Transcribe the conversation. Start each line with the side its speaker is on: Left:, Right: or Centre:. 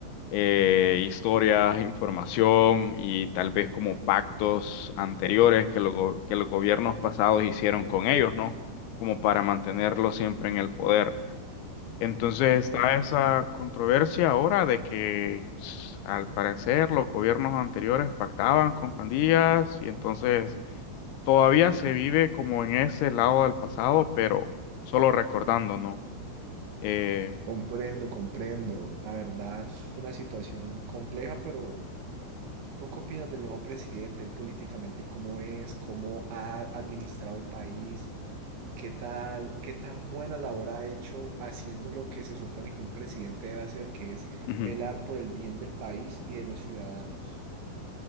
Left: eh, historias, información y tal vez como pactos anteriores que, los go- que los gobiernos pasados hicieron con ellos, ¿no? Como para mantenerlos siempre en el poder. Entonces
Right: Mm,
Left: está esa controversia ahora de que s- al parecer los gobiernos anteriores pactaban con pandillas y entonces todavía se vive como en ese lado del pasado, pero solo recordando, ¿no? Eh,
Right: comprendo, comprendo. La verdad es una situación compleja, pero ¿tú qué opinas del nuevo presidente? Él políticamente, ¿cómo es? ¿Cómo ha administrado el país? ¿Qué tal, qué tan buena labor ha hecho haciendo lo que se supone que un presidente debe hacer, que es
Left: ujú.
Right: velar por el bien del país y de los ciudadanos?